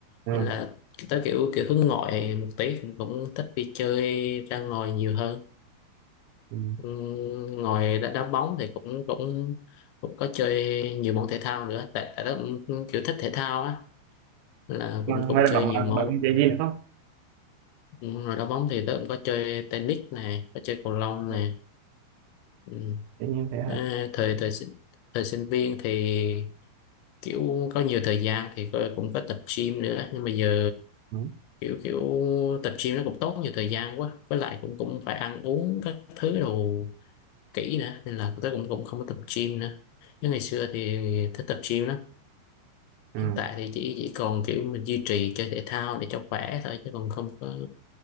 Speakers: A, on the right (about 85°); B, on the left (about 75°).
A: nha.
B: nên là tớ kiểu kiểu hướng ngoại một tí cũng cũng thích đi chơi ra ngoài nhiều hơn
A: Ừ.
B: Ừ, ngoài đá, đá bóng thì cũng cũng cũng có chơi nhiều môn thể thao nữa tại tại đó cũng kiểu thích thể thao á là
A: Mà
B: cũng
A: ngoài
B: cũng
A: ra
B: chơi
A: bạn
B: nhiều
A: bạn
B: môn
A: bạn có chơi gì nữa không?
B: Ừ, rồi đá bóng thì tớ cũng có chơi tennis này có chơi cầu lông này
A: Ừ.
B: ừ.
A: Tự nhiên thế hả?
B: à, thời thời sinh- thời sinh viên thì kiểu có nhiều thời gian thì có- cũng có tập gym nữa nhưng mà giờ
A: Ừ.
B: kiểu kiểu tập gym nó cũng tốn nhiều thời gian quá với lại cũng cũng phải ăn uống các thứ đồ kỹ nữa nên là tớ cũng cũng không có tập gym nữa chứ ngày xưa thì thích tập gym lắm
A: Ừ.
B: hiện tại thì chỉ chỉ còn kiểu mình duy trì chơi thể thao để cho khỏe thôi chứ còn không có